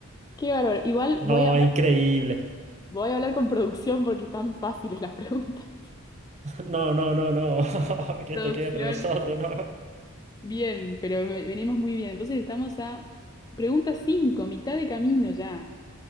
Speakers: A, on the left; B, on the right.
A: Qué bárbaro. Igual
B: No,
A: voy a hablar,
B: increíble.
A: voy a hablar con producción porque están fáciles las preguntas. <laughs>
B: No, no, no, no. <laughs> Que
A: Producción,
B: esto quede entre nosotros, no.
A: bien, pero ve- venimos muy bien. Entonces estamos a pregunta cinco mitad de camino ya.